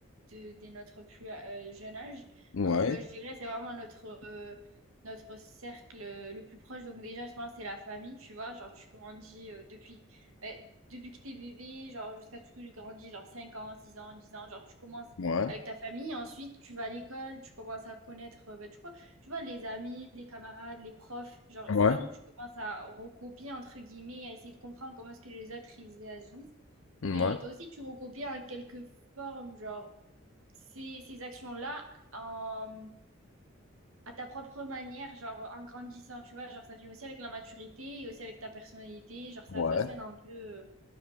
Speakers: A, on the right (about 80°); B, on the left (about 70°).
A: de, dès notre plus euh, jeune âge.
B: Ouais,
A: Donc, euh, je dirais c'est vraiment notre, euh, notre cercle euh, le plus proche. Donc, déjà, je pense que c'est la famille, tu vois. Genre, tu grandis euh, depuis, ouais, depuis que t'es bébé, genre, jusqu'à ce que tu grandis, genre 5 ans, 6 ans, 10 ans. Genre, tu commences
B: ouais,
A: avec ta famille. Ensuite, tu vas à l'école, tu commences à connaître, euh, ben, du coup, tu vois, les amis, les camarades, les profs, genre,
B: ouais,
A: c'est là où tu commences à recopier, entre guillemets, à essayer de comprendre comment est-ce que les autres, ils agissent.
B: ouais,
A: Et toi aussi, tu recopies en quelque forme, genre, ces, ces actions-là en- à ta propre manière, genre, en grandissant, tu vois, genre, ça vient aussi avec la maturité et aussi avec ta personnalité, genre, ça
B: ouais,
A: façonne un peu euh,